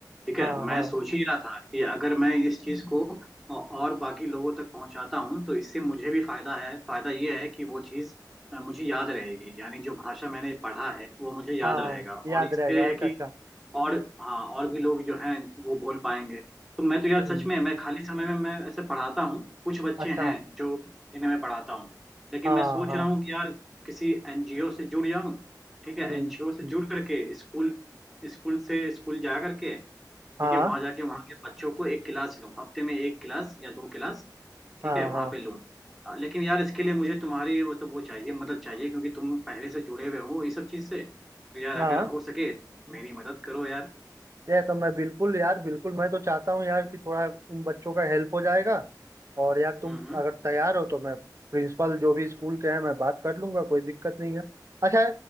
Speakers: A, in the centre; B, on the right.
A: ठीक
B: हाँ
A: है मैं
B: हाँ
A: सोच ही रहा था कि अगर मैं इस चीज को औ- और बाकी लोगों तक पहुंचाता हूं तो इससे मुझे भी फायदा है फायदा ये है कि वो चीज अ, मुझे याद रहेगी यानी जो भाषा मैंने पढ़ा है वो मुझे याद
B: हाँ
A: रहेगा
B: हाँ,
A: और
B: याद
A: इससे
B: रहेगा अच्छा
A: है कि
B: अच्छा
A: और हाँ और भी लोग जो हैं वो बोल पाएंगे तो मैं तो यार
B: हम्म
A: सच में मैं खाली समय में मैं ऐसे पढ़ाता हूँ कुछ बच्चे
B: अच्छा
A: हैं जो जिन्हें मैं पढ़ाता हूँ लेकिन
B: हाँ
A: मैं सोच
B: हाँ
A: रहा हूँ कि यार किसी एनजीओ से जुड़ जाऊँ ठीक है
B: हम्म
A: एनजीओ से
B: हम्म,
A: जुड़ करके स्कूल स्कूल से स्कूल जा करके
B: हाँ
A: ठीक है वहाँ जाके वहाँ के बच्चों को एक क्लास लूँ हफ्ते में एक क्लास या दो क्लास ठीक
B: हाँ
A: है वहाँ
B: हाँ
A: पे लूँ अ, लेकिन यार इसके लिए मुझे तुम्हारी मतलब वो चाहिए मदद चाहिए क्योंकि तुम पहले से जुड़े हुए हो इस सब चीज़ से तो यार
B: हाँ
A: अगर हो सके मेरी मदद करो यार
B: ये तो मैं बिल्कुल यार बिल्कुल मैं तो चाहता हूँ यार कि थोड़ा उन बच्चों का हेल्प हो जाएगा और यार तुम
A: हम्म हम्म,
B: अगर तैयार हो तो मैं प्रिंसिपल जो भी स्कूल के हैं मैं बात कर लूंगा कोई दिक्कत नहीं है अच्छा